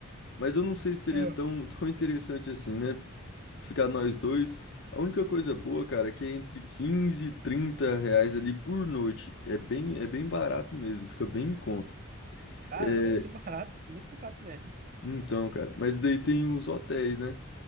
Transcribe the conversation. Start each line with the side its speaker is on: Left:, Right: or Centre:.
Left: mas eu não sei se seria
Right: Ah,
Left: tão, <laughs> tão interessante assim, né? Ficar nós dois. A única coisa boa, cara, é que é entre 15 e 30 reais ali por noite. É bem, é bem barato mesmo, fica bem em conta.
Right: Caramba,
Left: É,
Right: que barato, muito barato mesmo.
Left: então, cara, mas daí tem os hotéis, né?